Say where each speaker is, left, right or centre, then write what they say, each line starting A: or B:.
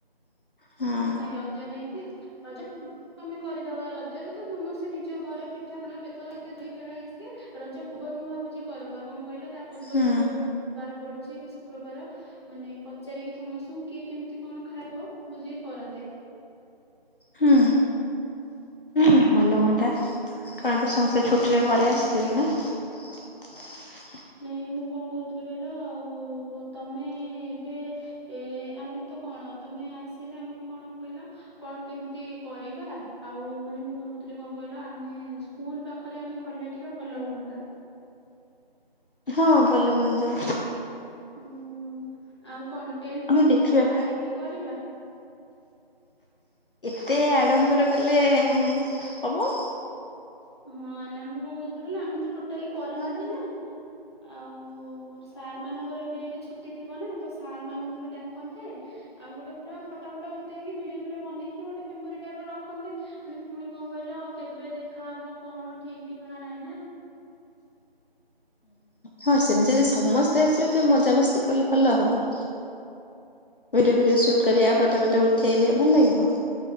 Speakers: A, on the left; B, on the left.
A: ହଁ
B: ନାଇଁ ରଜ ନାଇଁ ଯେ ରଜ ପୂର୍ ଆମେ କରିଦବା ରଜରେ ତ ସମସ୍ତେ ନିଜ ଘରେ ପିଠାପଣା ବେତ ଏ ତ ଦୋଳି ଖେଳା ଇଏ ସିଏ। ରଜ ପୂର୍ବରୁ ମୁଁ ଭାବୁଛି କରବା। କଣ କହିଲ ତା ପୂର୍ବରେ
A: ହୁଁ।
B: ଯୋଉ ଉବାର ପଡୁଛି କି ଶୁକ୍ରବାର ମାନେ ପଚାରିକି ସମସ୍ତଙ୍କୁ କିଏ କେମିତି କଣ ଖାଇବ ବୁଝିକି କରନ୍ତେ।
A: ହୁଁ। ହୁଁ ଭଲ ହୁଅନ୍ତା କାଣ ବି ସମସ୍ତେ
B: ଆଉ କଣ
A: ଛୁଟିରେ ଘରେ
B: ହୁଁ।
A: ଆସିଥିବେ ନା। <unintelligible>
B: ନାଇ ମୁଁ କଣ କହୁଥିଲି କହିଲ ଆଉ ତମେ ଏବେ ଏ ଆମେ ତ କଣ ତମେ ଆସିଲେ ଆମେ କଣ କହିଲ। କଣ କେମିତି କରିବା ଆଉ ମାନେ ମୁଁ ଭାବୁଥିଲି କଣ କହିଲ ଆମେ। ସ୍କୁଲ ପାଖରେ ଆମେ କଲେ ଟିକେ ଭଲ ହୁଅନ୍ତା।
A: ହଁ ଭଲ ହୁଅନ୍ତା।
B: ହୁଁ ଆଉ କଣ ଟେଣ୍ଟ
A: ହଉ
B: ଫେଣ୍ଟ
A: ଦେଖିବା
B: ପୁରା ମାରିକି କରିବା।
A: ଏତେ ଆଡମ୍ବର କଲେ ହବ।
B: ହଁ ନା ମୁଁ କଣ କହୁଥିଲି କହିଲ ଆମେ ତ ଟୋଟାଲି କରିନାହାନ୍ତି
A: ହୁଁ
B: ନା। ଆଉ ସାର୍ ମାନଙ୍କର ବି ଏବେ ଛୁଟି ଥିବ ନା ତ ସାର୍ ମାନଙ୍କୁ ବି ଡାକନ୍ତେ। ଆଉ ଗୋଟେ ପୁରା ଫଟୋ ଫଟା ଉଠେଇକି ଭିଡିଅ ଫିଡିଅ ବନେଇକି ଗୋଟେ ମେମୋରି ଟାଇପର ରଖନ୍ତେ। ମାନେ ପୁଣି କଣ କହିଲ କେବେ ଦେଖାହବ କଣ ଠିକ ଠିକଣା ନାଇଁ ନା।
A: ହଁ ସେମିତି ଯଦି ସମସ୍ତେ ଆସିବେ ତବେ ମଜାମସ୍ତି କଲେ ଭଲ ହବ। ଭିଡିଓ ଭିଡିଓ
B: ନା
A: ଶୁଟ କରିଆ ଫଟ ପଟ ଉଠେଇଲେ ଭଲ ଲାଗିବ।